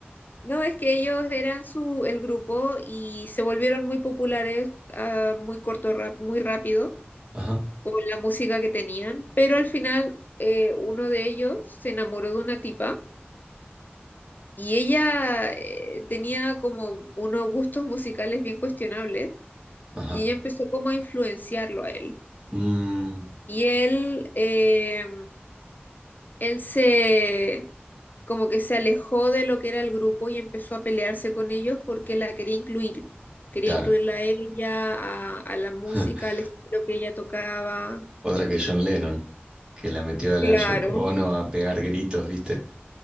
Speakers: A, on the left; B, on the right.
A: No, es que ellos eran su, el grupo y se volvieron muy populares a muy corto, rap, muy rápido
B: Ajá,
A: con la música que tenían, pero al final eh, uno de ellos se enamoró de una tipa. Y ella eh, tenía como unos gustos musicales bien cuestionables
B: ajá.
A: y ella empezó como a influenciarlo a él.
B: Mm,
A: Y él, eh, él se, como que se alejó de lo que era el grupo y empezó a pelearse con ellos porque la quería incluir. Quería
B: claro.
A: incluirla a ella, a, a la música,
B: <laughs>
A: al estilo que ella tocaba.
B: Otra que John Lennon, que la metió a la
A: Claro,
B: Yoko Ono a pegar gritos, ¿viste?